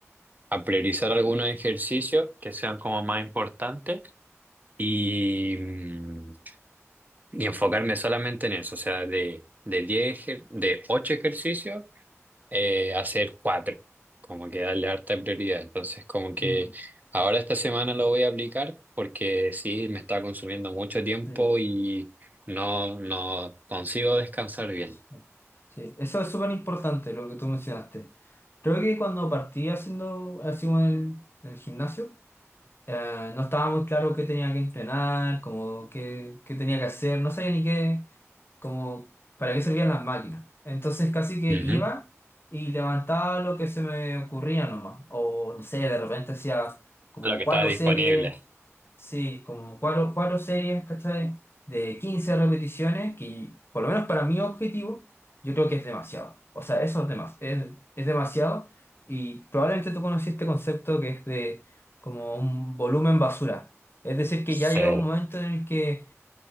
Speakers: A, on the right; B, on the left.
A: a priorizar algunos ejercicios que sean como más importantes y, mm, y enfocarme solamente en eso, o sea, de, de 10 ejer- de 8 ejercicios eh, hacer cuatro, como que darle harta prioridad. Entonces, como que
B: mm,
A: ahora esta semana lo voy a aplicar porque sí, me está consumiendo mucho tiempo
B: sí,
A: y no, no consigo descansar bien.
B: sí, sí. Eso es súper importante, lo que tú mencionaste. Creo que cuando partí haciendo, así como en el, en el gimnasio, eh, no estaba muy claro qué tenía que entrenar, como qué, qué tenía que hacer, no sabía ni qué. como para qué servían las máquinas. Entonces casi que
A: Ujú.
B: iba y levantaba lo que se me ocurría nomás. O no sé, de repente hacía como
A: Lo que
B: cuatro
A: está disponible.
B: series, sí, como cuatro, cuatro series, ¿cachai? De 15 repeticiones, que por lo menos para mi objetivo, yo creo que es demasiado. O sea, eso es demasiado. Es, es demasiado. Y probablemente tú conoces este concepto que es de como un volumen basura. Es decir, que ya
A: Sí,
B: llega un momento en el que